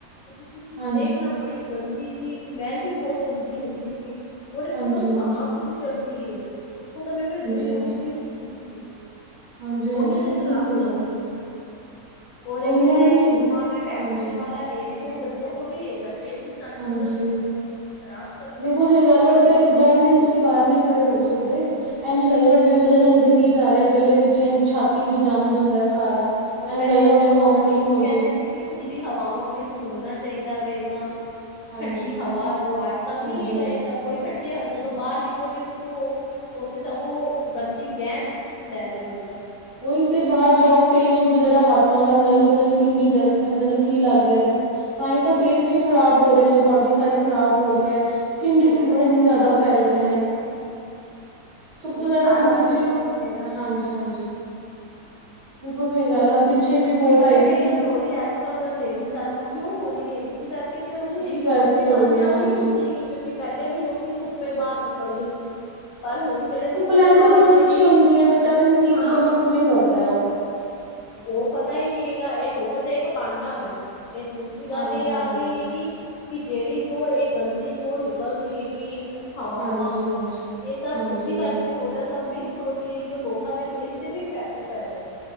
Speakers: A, on the left (about 65°); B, on the right (about 45°).
A: ਇਹਦੀ ਤੁਸੀਂ
B: ਹਾਂਜੀ,
A: ਦੇਖਣਾ ਬੜੀ ਗੰਦੀ ਸੀ ਸਮੈਲ ਵੀ ਬਹੁਤ ਗੰਦੀ ਹੁੰਦੀ ਸੀਗੀ ਔਰ ਇੱਕ
B: ਹਾਂਜੀ,
A: ਉਦਮ
B: ਹਾਂਜੀ, ਹਾਂਜੀ,
A: ਤਾਸ ਜਿਹੀ ਚੜਦੀ ਹੈਗੀ ਇੱਕ ਕਦਮ ਐਵੇਂ
B: ਹਾਂਜੀ।
A: ਉਪਗੀ
B: ਹਾਂਜੀ-ਹਾਂਜੀ,
A: ਉਹੀ ਤੇ
B: ਬਿਲਕੁਲ
A: ਖਰਾਬ
B: ਸਹੀ
A: ਕਰ
B: ਗੱਲ
A: ਰਹੀ ਹੈ ਰ ਇਹ
B: ਉਹੀ
A: ਜਿਹੜਾ
B: ਨਾ ਕਿ
A: ਇਹ ਧੂੰਆਂ ਵ ਫੈਕਟਰੀਆਂ
B: ਹਾਂਜੀ,
A: ਵਾਲਾ ਇਹ ਵੀ ਕੋਈ ਵਧੀਆ ਥੋੜ੍ਹੀ ਹੈਗਾ ਇਹ ਵੀ ਸਾਨੂੰ
B: ਹਾਂਜੀ
A: ਮਤਲਬ ਖ਼ਰਾਬ ਕਰ
B: ਬਿਲਕੁਲ
A: ਰਿਹਾ ਹੈਗਾ
B: ਸਹੀ
A: ਸਭ
B: ਗੱਲ
A: ਕੁਛ
B: ਹੋ ਤੇ ਦੋ ਮਿੰਟ ਤੁਸੀਂ ਬਾਹਰ ਨੀ ਖੜੇ ਹੋ ਸਕਦੇ ਇੰਝ ਲੱਗੇਗਾ ਜਿਵੇਂ ਪਤਾ ਨੀ ਅੰਦਰ ਕੀ ਜਾ ਰਿਹਾ ਗੱਲਲੇ ਵਿੱਚ ਛਾਤੀ
A: ਹਮ
B: ਵਿੱਚ ਜੰਮ ਜਾਂਦਾ ਹੈ ਸਾਰਾ
A: ਉਹ ਪਹਿਲੇ
B: ਐਝ ਲੱਗਦਾ
A: ਜਦੋਂ
B: ਹਨੇ ਵੋਮਟਿੰਗ
A: ਅਸੀਂ ਲੋਕੀ
B: ਹੋ
A: ਕਹਿੰਦੇ
B: ਜਾਏਗੀ
A: ਸੀ ਕਿ ਖੁੱਲੀ ਹਵਾਵਾਂ ਵਿੱਚ ਘੁੰਮਣਾ ਚਾਹੀਦਾ ਵਵੇਗਾ
B: ਹਾਂਜੀ,
A: ਠੰਡੀ ਹਵਾ ਲੋਓ ਅੱਜ ਕੱਲ
B: ਹਾਂਜੀ-ਹਾਂਜੀ।
A: ਨਹੀਂੀ ਹੈਗਾ ਇਹ ਸਭ ਉਓਹੀ ਠੰਡੀ ਜਦੋਂ ਬਾਹਰ ਨਿਕਲੋਗੇ ਤੁਸੀਂ ਉਹ ਉਥੇ ਸਗੋਂ ਗੰਦੀ ਗੈਸ ਤੁਸੀਂ ਲੈ ਰਹੇ ਹੋ ਅਦਾ
B: ਉਓਹੀ ਤੇ ਬਾਹਰ ਜਾਓ ਫੇਸ ਉ ਜਿਹੜਾ ਹੱਥ ਮਾਰੋਨੂੰ ਲੱਗ ਪਤਾ ਨੀ ਕਿੰਨੀ ਡਸਟ ਹੈ ਪਤਾ ਨੀ ਕੀ ਲਗ ਗਿਆ ਤਾਂ ਹੀ ਤਾਂ ਫੇਸ ਵੀ ਖ਼ਰਾਬ ਹੋ ਰਹੇ ਨੇ ਬੋਡੀ ਸਾਰੀ ਖ਼ਰਾਬ ਹੋ ਰਹੀ ਹੈ ਸਕਿਨ
A: ਉਹ
B: ਡਿਸੀਜ਼ਜ਼
A: ਪਿੰਪਲਸ
B: ਇੰਨੀ ਜ਼ਿਆਦਾ
A: ਵੀ ਹੋ
B: ਫੈਲ
A: ਜਾਂਦੇ
B: ਰਹੀਆਂ ਨੇ ਸਭ
A: ਕਿਉਂਕਿ
B: ਤੋਂ ਜ਼ਿਆਦਾ
A: ਸਾਰਾ
B: ਹੁਣ ਪਿੱਛੇ
A: ਧੂੰਆਂ ਵਗੈਰਾ
B: ਹਾਂਜੀ ਹਾਂਜੀ ਬਿਲਕੁ ਸਹੀ ਗੱਲ ਹੁਣ ਇੱਕ ਰਿਪੋਰਟ
A: ਉਹ ਫਿਿਕਮਟੇਸ਼ਨ
B: ਆਈ ਸੀ
A: ਹੋ ਰਹੀ ਹੈ ਅੱਜ ਕੱਲ ਲੇਡੀਜ਼ਾਂ ਨੂੰ ਕਿਉਂ ਹੋ ਰਹੀ ਹੈ ਇਸ ਕਰਕੇ ਹੋ ਰਹੀ
B: ਇਸੀ
A: ਹੈਗੀ
B: ਕਰਕੇ
A: ਕਿਉਂਕਿ ਉਹ ਸਨ
B: ਹੋ ਰਹੀ
A: ਨਾਲ
B: ਹੈ ਹਾਂਜੀ।
A: ਨਹੀਂੀ ਹੁੰਦੀ ਹੈਗੀ ਕਿਉਂਕਿ ਕਿ ਪਹਿਲੇ ਵੀ ਲੋਕੀ ਧੁੱਪੇ ਬਾਹਰ ਨਿਕਲਦੇ ਸੀ ਪਰ ਹੁਣ ਜਿਹੜੇ
B: ਧੁੱਪ
A: ਤੁੁੱਕ
B: ਲੈਣੀ
A: ਦੇ ਨਾਲ
B: ਤਾਂ ਬਹੁਤ
A: ਜਿਹੜੀ
B: ਅੱਛੀ ਹੁੰਦੀ ਹੈ ਵਿਟਾਮਿਨ ਸੀ
A: ਹਾਂ
B: ਦੀ ਕਮੀ ਪੂਰੀ ਕਰਦਾ ਉਹ
A: ਉਹ ਪਤਾ ਕੀਗਾ ਇਹ ਧੁੱਪ ਤੇ ਇੱਕ ਪਾਾਨਨਾ ਵ ਇਹ ਦੂਸਰਾ ਦੂਸਰੀ ਗਾੱਲ
B: ਹਾਂਜੀ
A: ਏ ਆ
B: ਹਾਂਜੀ।
A: ਗਈ ਏਗੀ, ਕਿ ਜੇੜੀ ਜੋ ਏ ਗੰਦੀ ਜੋ ਨਿਕਲ ਰੀ ਏਗੀ ਏ। ਹਵਾਵਾਂ,
B: ਹਾਂਜੀ ਹਾਂਜੀ
A: ਏ ਸਬ
B: ਹਾਂਜੀ
A: ਉਸੀ ਕਰਕੇ ਹੋਰੇਆ ਸਬ ਮਿਕਸ ਹੋ ਰੀ ਏਗੀ ਏ, ਲੋਕਾਂ ਦੇ ਫੇਸ ਤੇ ਵੀ ਇਫੈਕਟ ਪੈ ਰੇਆ ਵੇ।